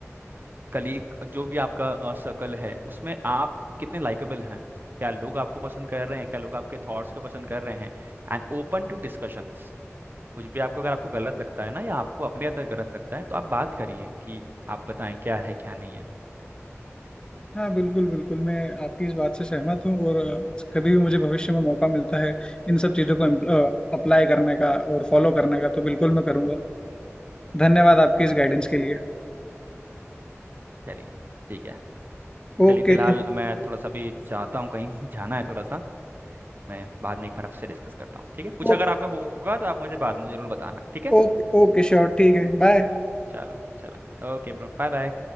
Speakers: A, on the right (about 45°); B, on the left (about 20°).
A: कलीग जो भी आपका सर्कल है उसमें आप कितने लाइकेबल हैं क्या लोग आपको पसंद कर रहे हैं क्या लोग आपके थॉट्स को पसंद कर रहे हैं एंड ओपन टू डिस्कशंस कुछ भी आपको अगर आपको गलत लगता है ना या आपको अपने अंदर गलत लगता है तो आप बात करिए कि आप बताएं क्या है क्या नहीं है
B: हाँ बिल्कुल बिल्कुल मैं आपकी इस बात से सहमत हूँ और अ, कभी भी मुझे भविष्य में मौका मिलता है इन सब चीज़ों को अप्लाई करने का और फॉलो करने का तो बिल्कुल मैं करूँगा धन्यवाद आपकी इस गाइडेंस के लिए
A: चलिए ठीक है
B: Okay
A: चलिए फिलहाल मैं थोड़ा सा भी चाहता हूँ कहीं <laughs> जाना है थोड़ा सा मैं बाद में एक बार आपसे डिस्कस करता हूँ ठीक है कुछ
B: Okay
A: अगर आपका होगा तो आप मुझे बाद में जरूर बताना ठीक है
B: okay Okay sure ठीक है बाय
A: चलो चलो ओके ब्रो बाय बाय